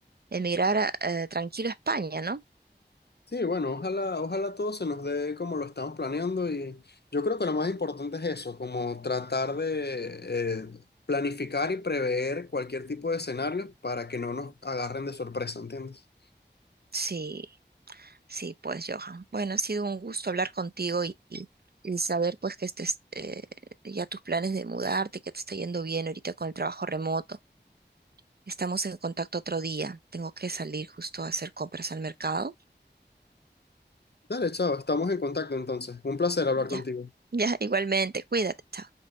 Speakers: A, on the right; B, on the left.
A: emigrar a- eh, tranquilo a España, ¿no?
B: Sí, bueno, ojalá, ojalá todo se nos dé como lo estamos planeando y yo creo que lo más importante es eso, como tratar de eh, planificar y prever cualquier tipo de escenario para que no nos agarren de sorpresa, ¿entiendes?
A: Sí, sí, pues, Johan. Bueno, ha sido un gusto hablar contigo y, y- y saber, pues, que estés, eh, ya tus planes de mudarte, que te está yendo bien ahorita con el trabajo remoto. Estamos en contacto otro día. Tengo que salir justo a hacer compras al mercado.
B: Dale, chao, estamos en contacto entonces. Un placer hablar
A: Ya,
B: contigo.
A: <laughs> ya, igualmente. Cuídate, chao.